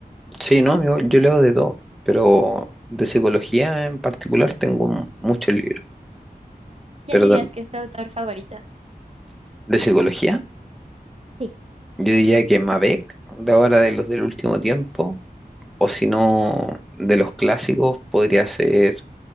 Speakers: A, in the centre; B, on the right.
A: Sí, no, yo, yo leo de todo, pero de psicología en particular tengo mu- muchos libros.
B: ¿Quién
A: Pero
B: dirías
A: tam-
B: que es tu autor favorito?
A: de psicología,
B: Sí,
A: yo diría que Mabec, de ahora de los del último tiempo, o si no, de los clásicos, podría ser